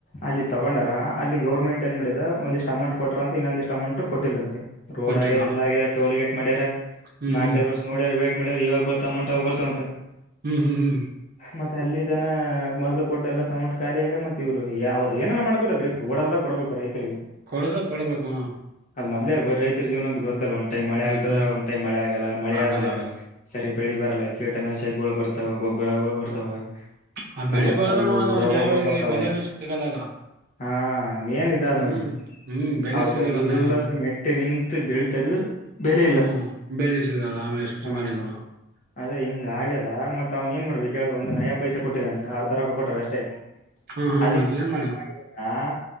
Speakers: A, on the left (about 35°); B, on the right (about 45°).
A: ಅಲ್ಲಿ ತಗೊಂಡಾರ ಅಲ್ಲಿ ಗೌರ್ಮೆಂಟ್ ಏನ್ ಮಾಡಿಡಿದೆ ಒಂದಿಷ್ಟ ಅಮೌಂಟ್ ಕೊ ಕೊಟ್ಟ್ರ ಅಂತ ಇನ್ನಂದಿಷ್ಟ ಅೌಂಟ್ ಕೊಟ್ಟಿಲ್ಲ ಅಂತೆ ರೋಡ್
B: ಕೊಟ್ಟಿಲ್ಲ
A: ಆಗಿದೆ ಎಲ್ಲ ಆಗಿದೆ ಟೋಲ್ ಗೇಟ್ ಮಾಡ್ಯಾರ
B: ಹ್ಮ್
A: ನಾಕಕೈದ್
B: ಹ್ಮ್
A: ಐದು ವರ್ಷ ನೋಡ್ಯಾರ ವೇಟ್ ಮಾಡ್ಯಾರ ಇವಾಗ ಬರ್ತಟ ಬರ್ತಂತೆ
B: ಹ್ಮ್ ಹ್ಮ್ ಹ್ಮ್
A: ಮತ್ತೆ ಅಲ್ಲಿ ಇದನ ಮೊದಲು ಕೊಟ್ಟು ಎಲ್ಲ ಸೌಂಡ್ ಖಾಲಿಯಾಗ ಮತ್ತ ಇವ್ ಯಾವ ಅವ್ ಏನ ಮಾಡಕೋಕಕ್ ರೀ ಓಡದ ಕೊಡ್ಬೇಕು ರೈತರಿಗೆ
B: ಕೊಡಸ ಕೊಡಬೇಕು
A: ಅದ ಮದಲೆ ರೈತರ ಜೀವನದ ಗೊದಲ್ಲ ಒಂದ್ ಟೈಮ್ ಮಳೆ
B: ಗಟ್
A: ಆಗ್ತದ ಒಂದ್ ಟೈಮ ಮಳೆ ಆಗಲ್ಲ ಮಳೆ
B: ಆಗಲ್ಲ
A: ಆದ್ರೆ
B: ಆಗಲ್ಲ
A: ಸರಿ ಬೆಳಿ ಬರಲ್ಲ ಕೀಟನಾಶಕಗಳು ಬರ್ತಾವ ಗೊಬ್ಬರಗಳು ಬರ್ತಾವ
B: ಆ
A: ನಮ್ಮ
B: ಬೆಳೆ
A: ಮತ್ತ
B: ಬರೋದನು
A: ಇವು
B: ಒಂದು
A: ರೋಗಗಳು
B: ನ್ಯಾಯವಾಗಿ
A: ಬರ್ತಾವ
B: ಬೆಲೆಯನು ಸಿಗಲ್ಲಲ್ಲ
A: ಹಾ ಏನ್ ಇದಾದ್
B: ಹ್ಮ್
A: ನೋಡ್ರಿ
B: ಹ್ಮ್ ಬೆಲೆ
A: ಅವು
B: ಸಿಗಲ್ಲಲ್ಲ
A: ಎಲ್ಲಸ
B: ನಾವಾಗ
A: ಮೆಟ್ಟಿ ನಿಂತು ಬೆಳಿ ತೆಗದ್ರ ಬೆಲೆ
B: ಹ್ಮ್
A: ಇಲ್ಲ
B: ಬೆಳಿ ಸಿಗಲ್ಲ ಆಮೇ ಎಷ್ಟು
A: ಹಾ
B: ಮಾಡಿದ್
A: ಅದೇ ಹಿಂಗ ಆಗ್ಯದ ಮತ್ತತ್ ಅವ್ನ್ ಏನ್ ಮಾಡಬೇಕ ಕೇಳ ಒಂದು ನಯಾ ಪೈಸ ಕೊಟ್ಟಿದೆ ಅಂತ ಅರ್ಧ ರಕ ಕೊಟ್ಟಾರ ಅಷ್ಟೇ
B: ಹಾ ಹಾ
A: ಅದಕ್ಕೆ
B: ಮಜೆ ಮಾಡಾರ
A: ಆ